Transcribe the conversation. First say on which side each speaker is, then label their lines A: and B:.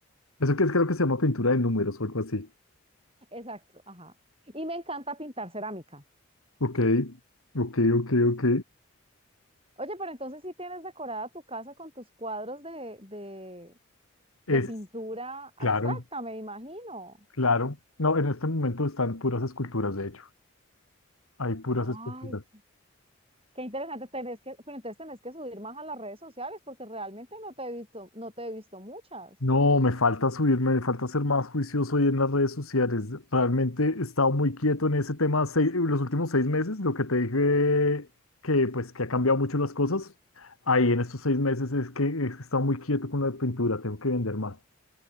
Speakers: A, on the left; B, on the right.
A: Eso que es, creo que se llama pintura de números o algo así.
B: Exacto, ajá. Y me encanta pintar cerámica.
A: Ok, ok, ok, ok.
B: Oye, pero entonces sí tienes decorada tu casa con tus cuadros de, de,
A: Es,
B: de pintura abstracta,
A: claro,
B: me imagino.
A: claro. No, en este momento están puras esculturas, de hecho. Hay puras
B: Ay,
A: esculturas.
B: qué, qué interesante. Tenés que, pero entonces tenés que subir más a las redes sociales porque realmente no te he visto, no te he visto muchas.
A: No, me falta subirme, me falta ser más juicioso hoy en las redes sociales. Realmente he estado muy quieto en ese tema seis- los últimos seis meses. Lo que te dije que, pues, que ha cambiado mucho las cosas. Ahí en estos seis meses es que he estado muy quieto con la pintura. Tengo que vender más.